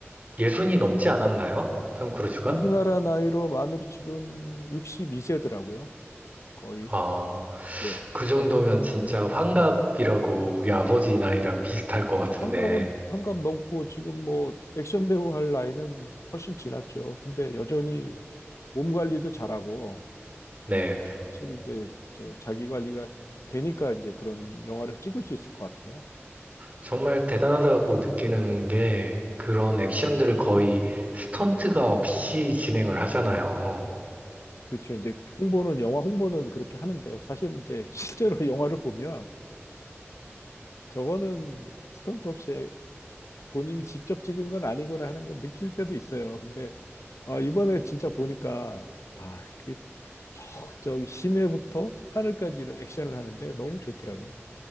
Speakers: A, on the right (about 30°); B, on the left (about 85°).
A: 예순이 넘지 않았나요? 톰 크루즈가?
B: 우리나라 나이로 만으로 지금 62세더라고요. 거의.
A: 아,
B: 예.
A: 그
B: 그러니까
A: 정도면 진짜 환갑이라고
B: 예.
A: 우리 아버지 나이랑 비슷할 것 같은데,
B: 그 환갑은 환갑 넘고 지금 뭐 액션 배우 할 나이는 훨씬 지났죠. 근데 여전히 몸 관리도 잘하고
A: 네,
B: 확실히 이제 저 자기 관리가 되니까 이제 그런 영화를 찍을 수 있을 것 같아요.
A: 정말 대단하다고 느끼는 게 그런
B: 예.
A: 액션들을 거의 스턴트가 없이 진행을 하잖아요.
B: 그렇죠. 이제 홍보는 영화 홍보는 그렇게 하는데 사실 이제 실제로 <laughs> 영화를 보면 저거는 스턴트 없이 본인이 직접 찍은 건 아니구나 하는 건 느낄 때도 있어요. 근데 아, 이번에 진짜 보니까 아 이게 저 저기 심해부터 하늘까지는 액션을 하는데 너무 좋더라고요.